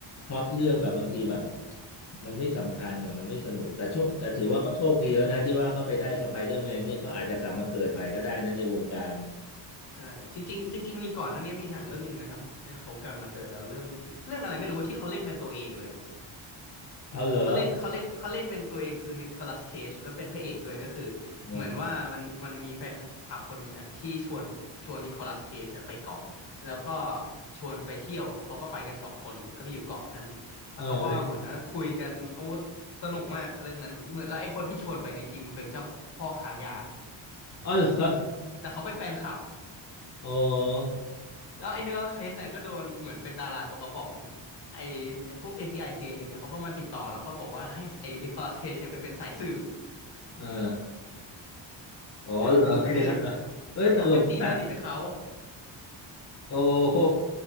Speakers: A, on the left (about 35°); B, on the left (about 55°).
A: พล็อตเรื่องแบบบางทีแบบมันไม่สำคัญอ่ะมันไม่สนุกแต่โชคแต่ถือว่าเขาโชคดีแล้วนะที่ว่าเขาไปได้สไปเดอร์แมนเนี่ยเขาอาจจะกลับมาเกิดใหม่ก็ได้นะในวงการ
B: อืมใช่จริงๆจริงๆมีก่อนหนั้นเนี้ยมีหนังเรื่องหนึ่งนะทำให้เขากลับมาเกิดแล้วเรื่องเรื่องอะไรไม่รู้ที่เขาเล่นเป็นตัวเองเลยอะ
A: เอาเหรอ
B: เขาเล่นเขาเล่นเขาเล่นเป็นตัวเองคือนิโคลัสเคจแล้วเป็นพระเอกด้วยก็คือ
A: โอ้
B: เหมือนว่ามันมันมีแฟนคลับคนหนึ่งอะที่ชวนชวนนิโคลัสเคจอะไปเกาะแล้วก็ชวนไปเที่ยวเขาก็ไปกันสองคนก็ไปอยู่เกาะนั้นแล้วเขาก็เหมือนว่าคุยกันโอ้
A: เออเลย
B: สนุกมากเรื่องนั้นเหมือนแล้วไอ้คนที่ชวนไปเนี่ยจริงๆเป็นเจ้าพ่อค้ายา
A: อ๋อเหรอ
B: แต่เขาเป็นแฟนคลับ
A: โอ้
B: แล้วไอ้เนื้อเคสเนี่ยก็โดนเหมือนเป็นดาราตกกระป๋องไอ้ไอ้พวก FBI c i อซีไอเอเนี่ยเขาก็มาติดต่อแล้วก็บอกว่าให้ไอ้นิโคลัสเคจเนี่ยไปเป็นสายสืบ
A: เอออ๋อเหรอเป็นอย่างนั้นเหรอเอ้ยตลกมาก
B: ไปสืบแล้วก็ไปตีสนิทกับเขา
A: โอ้โห